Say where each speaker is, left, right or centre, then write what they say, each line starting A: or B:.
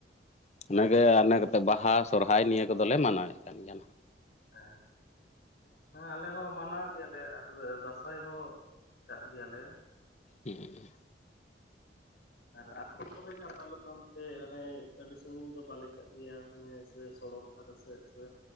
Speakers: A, on the left; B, on the left.
A: ᱾
B: ᱦᱮᱸ
A: ᱤᱱᱟᱹ ᱜᱮ ᱤᱱᱟᱹ ᱠᱟᱛᱮᱫ ᱵᱟᱦᱟ ᱥᱚᱨᱦᱟᱭ ᱱᱤᱭᱟᱹ ᱠᱚᱫᱚ ᱞᱮ ᱢᱟᱱᱟᱣ ᱮᱜ ᱠᱟᱱ ᱜᱮᱭᱟ ᱱᱟᱦᱟᱜ ᱾
B: ᱦᱮᱸ ᱾ ᱦᱮᱸ ᱟᱞᱮ ᱦᱚᱸ ᱢᱟᱱᱟᱣ ᱜᱮᱭᱟ ᱞᱮ ᱟᱨ ᱞᱮ ᱫᱟᱸᱥᱟᱭ ᱦᱚᱸ ᱠᱟᱜ ᱜᱮᱭᱟ ᱞᱮ ᱾
A: ᱦᱩᱸ
B: ᱟᱨ ᱟᱹᱛᱩ ᱠᱚᱨᱮ ᱜᱮ ᱟᱨ ᱟᱞᱮ ᱫᱚ ᱚᱱᱛᱮ ᱨᱮ ᱟᱹᱰᱤ ᱥᱟᱺᱜᱤᱧ ᱫᱚ ᱵᱟᱞᱮ ᱪᱟᱜ ᱜᱮᱭᱟ ᱾ ᱦᱟᱱᱮ ᱥᱮ ᱥᱚᱲᱚᱠ ᱫᱷᱟᱨᱮ ᱥᱮᱫ ᱥᱮ